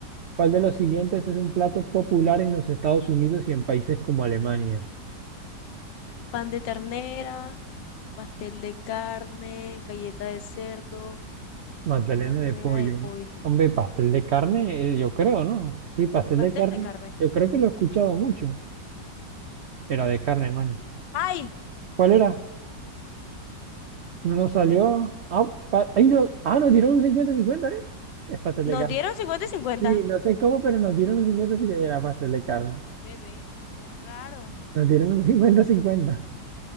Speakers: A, on the right; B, on the left.
A: ¿Cuál de los siguientes es un plato popular en los Estados Unidos y en países como Alemania?
B: Pan de ternera, pastel de carne, galleta de cerdo,
A: Magdalena
B: magdalena
A: de pollo.
B: de pollo.
A: Hombre, pastel de carne, eh, yo creo, ¿no? Sí, pastel
B: Pastel
A: de carne.
B: de carne.
A: Yo creo que lo he escuchado mucho. Era de carne, mani.
B: ¡Ay!
A: ¿Cuál era? No nos salió. Ah, pa- ahí no, ah, nos dieron un cincuenta-cincuenta, ¿eh? Es pastel
B: Nos
A: de carne.
B: dieron 50 y 50.
A: Sí, no sé cómo, pero nos dieron un cincuenta-cincuenta. Era pastel de carne.
B: Bebé, qué raro.
A: Nos dieron un cincuenta-cincuenta.